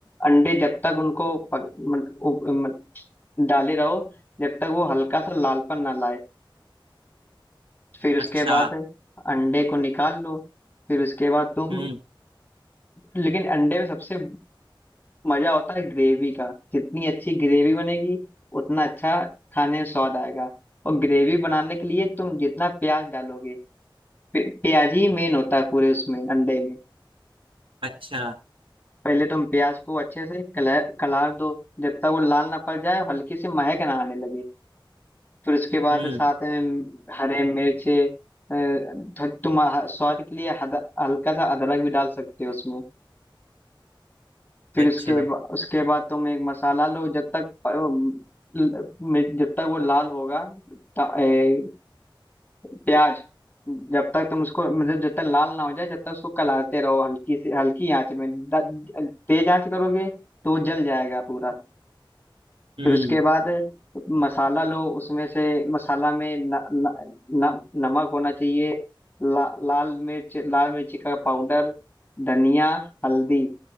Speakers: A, on the left; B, on the right.
A: अंडे जब तक उनको पक, मन, उ, मन, डाले रहो जब तक वो हल्का सा लालपन ना लाए फिर उसके
B: अच्छा
A: बाद अंडे को निकाल लो फिर उसके बाद तुम
B: हम्म
A: लेकिन अंडे में सबसे मजा होता है ग्रेवी का जितनी अच्छी ग्रेवी बनेगी उतना अच्छा खाने में स्वाद आएगा और ग्रेवी बनाने के लिए तुम जितना प्याज डालोगे पे- प्याज ही मेन होता है पूरे उसमें अंडे में
B: अच्छा
A: पहले तुम प्याज को अच्छे से कलर कलार दो जब तक वो लाल ना पड़ जाए और हल्की सी महक ना आने लगे फिर उसके बाद
B: हम्म
A: साथ में हरे मिर्चे अ, तुम स्वाद के लिए हद- हल्का सा अदरक भी डाल सकते हो उसमें फिर
B: अच्छा
A: उसके बा- उसके बाद तुम एक मसाला लो जब तक प- ल- मिर्च- जब तक वो लाल होगा ता- ए, प्याज जब तक तुम उसको मतलब जब तक लाल ना हो जाए जब तक उसको कलाते रहो हल्की से हल्की आंच में द- तेज आंच करोगे तो वो जल जाएगा पूरा
B: हम्म
A: फिर उसके बाद मसाला लो उसमें से मसाला में न, न, न, नमक होना चाहिए ला, लाल मिर्च लाल मिर्ची का पाउडर धनिया हल्दी